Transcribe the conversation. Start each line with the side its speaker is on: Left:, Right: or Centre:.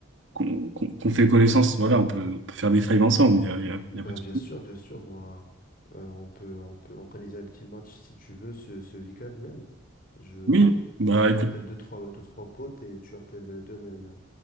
Right: qu'on, qu'on qu'on fait connaissance, voilà, on peut, on peut faire des fives ensemble, il y a, il y a,
Left: Bah,
Right: il y a pas de
Left: bien
Right: souci.
Left: sûr, bien sûr, moi, euh, on peut, on peut organiser un petit match si tu veux ce, ce week-end même. Je,
Right: Oui, bah, écoute,
Left: j'appelle deux, trois, deux, trois potes et tu appelles deux mêmes.